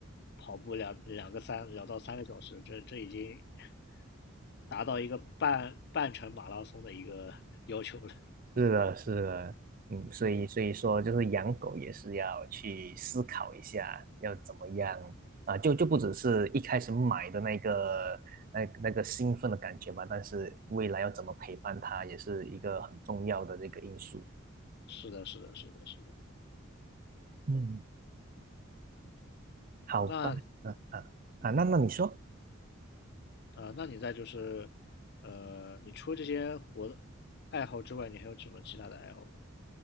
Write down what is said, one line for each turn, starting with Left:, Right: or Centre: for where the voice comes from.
Left: 跑步两两个三两到三个小时，这这已经 <laughs> 达到一个半半程马拉松的一个 <laughs> 要求了。
Right: 是的，是的，嗯，所以所以说，
Left: 嗯，
Right: 就是养狗也是要去思考一下，要怎么样啊，就就不只是一开始买的那个那那个兴奋的感觉吧，但是未来要怎么陪伴它，也是一个很重要的这个因素。
Left: 是的，是的，是的，是的。
Right: 嗯，好吧，
Left: 那
Right: 嗯啊啊，那那你说？
Left: 啊，那你在就是，呃，你除了这些活的爱好之外，你还有什么其他的爱好吗？